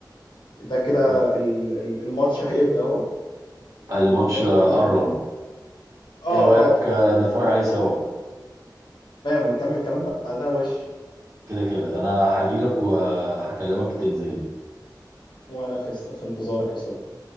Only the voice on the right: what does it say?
طب،
الماتش
آه، قرب
ايه رأيك
آه، نتفرج عليه سوا
كده كده انا هجيلك وهكلمك تنزل لي